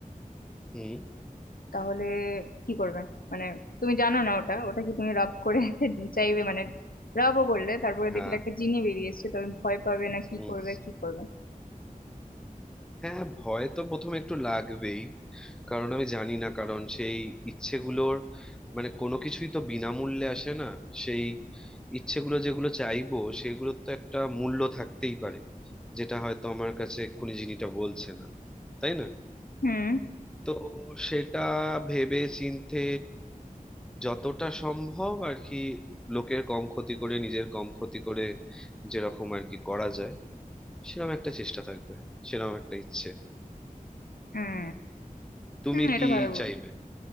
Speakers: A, in the centre; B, on the left.
A: হুম
B: তাহলে কি করবে মানে তুমি জানো না ওটা ওটা কি তুমি রাব করে <laughs> একটা চাইবে মানে রাবও করলে তারপরে
A: হ্যাঁ
B: দেখলে একটা জিনি বেরিয়ে এসছে তখন ভয় পাবে না
A: হুম
B: কি করবে কি করবে
A: হ্যাঁ ভয় তো প্রথমে একটু লাগবেই কারণ আমি জানি না কারণ সেই ইচ্ছেগুলোর মানে কোনো কিছুই তো বিনামূল্যে আসে না সেই ইচ্ছেগুলো যেগুলো চাইবো সেগুলোর তো একটা মূল্য থাকতেই পারে যেটা হয়তো আমার কাছে এক্ষুনি জিনিসটা বলছে না তাই না
B: হুম
A: তো সেটা ভেবে চিন্তে যতটা সম্ভব আর কি লোকের কম ক্ষতি করে নিজের কম ক্ষতি করে যেরকম আর কি করা যায় সেরকম একটা চেষ্টা থাকবে সেরকম একটা ইচ্ছে
B: হুম
A: তুমি
B: হুম এটা
A: কি
B: ভালো বল-
A: চাইবে